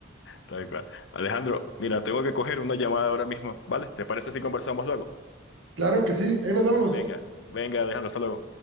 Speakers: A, on the left; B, on the right.
A: tal cual. Alejandro, mira, tengo que coger una llamada ahora mismo, ¿vale? ¿Te parece si conversamos luego?
B: Claro que sí, ahí nos vemos.
A: Venga, venga, Alejandro, hasta luego.